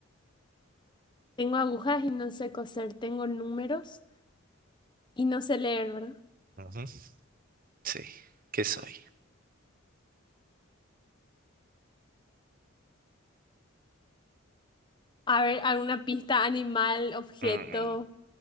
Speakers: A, on the left (about 20°); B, on the right (about 40°).
A: Tengo agujas y no sé coser, tengo números y no sé leer, ¿verdad?
B: Ujú. Sí, ¿qué soy?
A: A ver, alguna pista, animal, objeto.
B: Mm.